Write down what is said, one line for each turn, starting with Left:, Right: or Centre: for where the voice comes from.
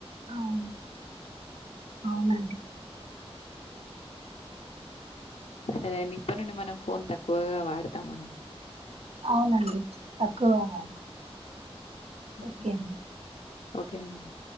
Right: అవును అవునండి
Left: సరే అండి ఇప్పటి నుండి మనం ఫోన్ తక్కువగా వాడతామండి.
Right: అవునండి తక్కువ వాడాలి.
Left: హ్మ్.
Right: ఓకే అండి
Left: ఓకే అండి